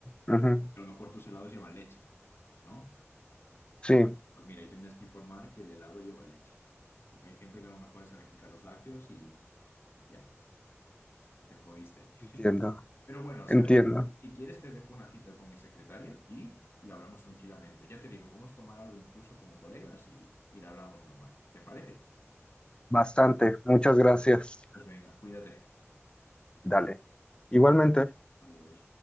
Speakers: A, on the left (about 20°); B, on the left (about 55°).
A: ajá.
B: A lo mejor tus helados llevan leche, ¿no?
A: Sí,
B: Pues mira, ahí tendrías que informar que el helado lleva leche. Porque hay gente que a lo mejor es alérgica a los lácteos y ya, te jodiste.
A: entiendo,
B: Pero bueno, ¿sabes
A: entiendo.
B: qué? Si quieres, te dejo una cita con mi secretaria y lo hablamos tranquilamente. Ya te digo, podemos tomar algo incluso como colegas y, y lo hablamos normal. ¿Te parece?
A: Bastante. Muchas gracias.
B: Pues venga, cuídate.
A: Dale. Igualmente.
B: Adiós.